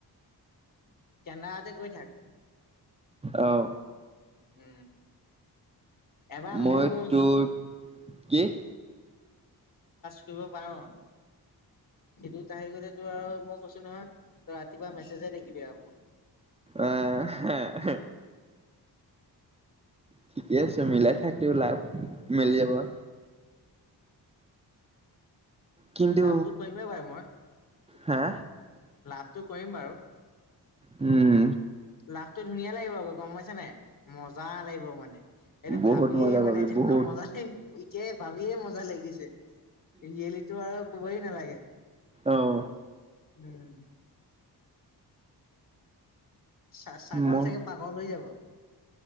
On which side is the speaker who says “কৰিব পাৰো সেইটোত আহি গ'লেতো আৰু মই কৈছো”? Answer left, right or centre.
Left